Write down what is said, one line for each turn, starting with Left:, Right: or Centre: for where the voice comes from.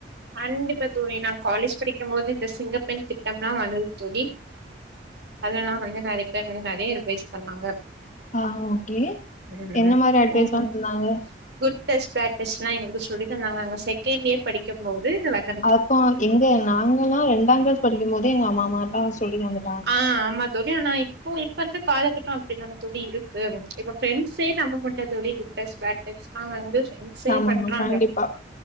Right: கண்டிப்பா தோழி நான் காலேஜ் படிக்கும்போது இந்த சிங்கப்பெண் திட்டம்லா வந்தது தோழி அதலலா வந்து நெறைய பேர் வந்து நறைய ரிவைஸ் பண்ணாங்க
Left: ஆ ஓக்கே
Right: ம்
Left: என்ன மாரி அட்வைஸ்லா
Right: நீங்க
Left: தந்தாங்க
Right: குட் டச் பேட் டச்லா எங்களுக்கு சொல்லித்தந்தாங்க நாங்க செக்கெண்ட் யேர் படிக்கம்போது வர்
Left: ஆத்தோ எங்க நாங்கல்லா ரெண்டாங்கிளாஸ் படிக்கும்மோதே எங்க அம்மாமார்ல்லா சொல்லிதந்
Right: ஆ ஆம்மா தோழி ஆனா இப்போ இப்ப இருக்க காலகட்டொ அப்டிதான தோழி இருக்கு இப்ப பிரெண்ட்ஸே நம்பமுட்ல தோழி குட்டச் பேட்டச்லா வந்து சென் சே
Left: ஆமாமா
Right: பண்றாங்க
Left: கண்டிப்பா